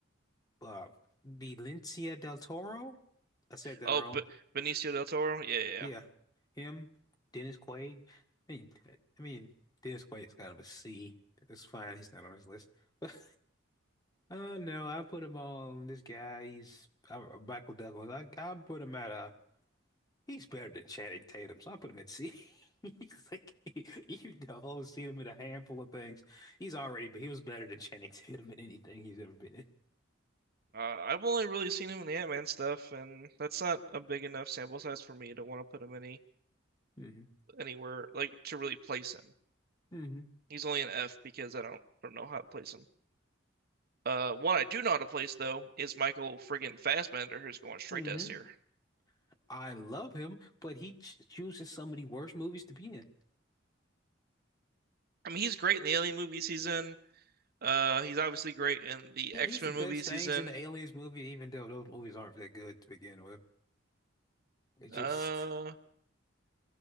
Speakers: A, on the left; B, on the right.
A: uh, Benicio del Toro. I said that
B: Oh,
A: wrong.
B: but Benicio del Toro. Yeah, yeah, yeah.
A: Yeah, him, Dennis Quaid. I mean, I mean, Dennis Quaid's kind of a C. It's fine. He's not on this list. <laughs> But uh, no, I put him on this guy. He's uh, Michael Douglas. I I put him at a. He's better than Channing Tatum, so I put him at C. <laughs> He's like you know, I've only seen him in a handful of things. He's already, but he was better than Channing Tatum in anything he's ever been
B: Uh, I've only really seen him in the Ant-Man stuff, and that's not a big enough sample size for me to want to put him any
A: in.
B: anywhere like to really place him.
A: hmm hmm
B: He's only an F because I don't don't know how to place him. Uh, one I do know how to place though is Michael friggin' Fassbender, who's going straight
A: hmm
B: to S tier.
A: I love him, but he ch chooses some of the worst movies to be in.
B: I mean, he's great in the Alien movies he's in. Uh, he's obviously great in the
A: Yeah,
B: X-Men
A: he's the best
B: movies
A: things
B: he's in.
A: in the Aliens movie, even though those movies aren't that good to begin with. It just,
B: Uh,